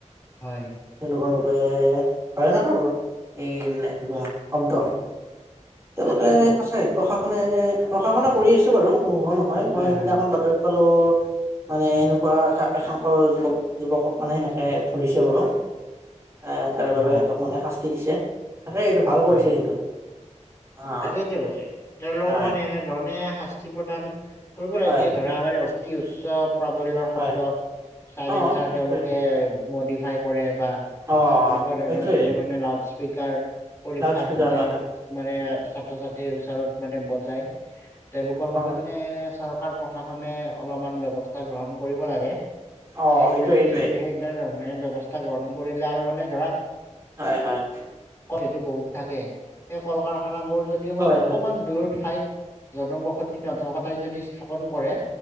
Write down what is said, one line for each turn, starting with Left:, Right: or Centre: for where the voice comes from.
Left: হয়।
Right: তেওঁলোকৰ বাবে ভয়ানক আৰু এই মানে এনেকুৱা শব্দ। তেওঁলোকে
Left: তাকেইতো
Right: সঁচাই প্ৰশাসনে প্ৰশাসনে কৰি আছে বাৰু নোহোৱা নহয় মই
Left: হয়
Right: সেইদিনাখন
Left: হয়
Right: বাতৰিত সকলো মানে এনেকুৱা একাংশ যুৱক-যুৱকসকলে সেনেকে ধৰিছে বোলো এ তাৰে
Left: হয়
Right: বাবে
Left: হয়
Right: সিহঁতক মানে শাস্তি দিছে। তাকে এইটো ভাল কৰিছে
Left: হয়
Right: কিন্তু। অ'
Left: তাকেইতো তেওঁলোকক
Right: হয়
Left: মানে এনেধৰণে শাস্তি প্ৰদান কৰিব লাগে
Right: হয়
Left: যিয়ে ধৰা মানে অতি উচ্চ প্ৰাবল্যৰ শব্দ
Right: হয়
Left: চাইলেঞ্চাৰ
Right: অ' সেইটোৱে।
Left: তেওঁলোকে মডিফাই কৰে বা
Right: অ'
Left: এনেকুৱা ধৰণৰ
Right: সেইটোৱে
Left: যোনে মানে লাউড স্পীকাৰ পৰীক্ষাৰ
Right: লাউড স্পীকাৰ
Left: সময়ত
Right: হয় হয়
Left: মানে ছাত্ৰ ছাত্ৰীৰ ওচৰত মানে বজাই তেওঁলোকৰ
Right: হয়
Left: প্ৰতি মানে এ চৰ কাৰ প্ৰশাসনে অলপমান ব্যৱস্থা গ্ৰহণ কৰিব লাগে।
Right: অ'
Left: সেই
Right: সেইটোৱে
Left: বুলি
Right: সেইটোৱে।
Left: সেই তেনে ধৰণে ব্যৱস্থা গ্ৰহণ কৰিলে আৰু মানে ধৰা
Right: হয়, হয়।
Left: সেইটো বহুত থাকে। সেই কল কাৰখানাবোৰ যদিও
Right: হয়
Left: মানে অকমান
Right: হয়
Left: দূৰ ঠাইত জনবসতি নথকা ঠাইত যদি স্থাপন কৰে